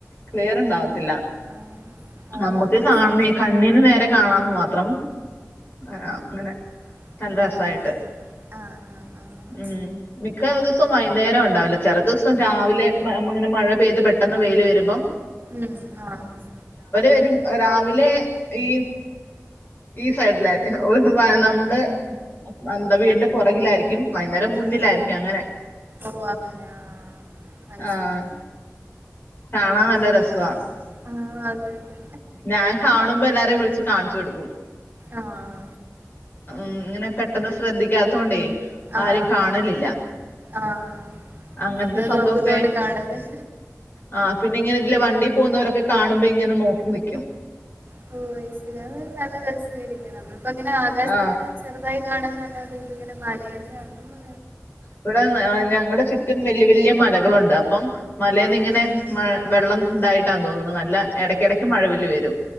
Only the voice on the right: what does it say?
ആഹ് അത്
നല്ല രസാ
ഉം
ഓ അങ്ങനെ ആഹ് ആഹ് ആഹ്
ഉം ആഹ്
ആഹ്
ഓ അങ്ങനെ ആഹ് അത്
ശരി
അങ്ങനെ
ആഹ് അതെ അതെ
ആഹ്.
ആഹ്
ആഹ്
ഇങ്ങള്
നോക്കുന്നോണ്ട് കാണുല്ലേ.
ടോയ്സില് നല്ല രസായിരിക്കും നമ്മള്പ്പോ ഇങ്ങനെ ആകാശത്ത്
ഇങ്ങനെ ചെറ്താ കാണാന്നല്ലാതേ ഇത് ഇങ്ങനെ മലേന്റെ അ <unintelligible>
ഓ
ആഹ്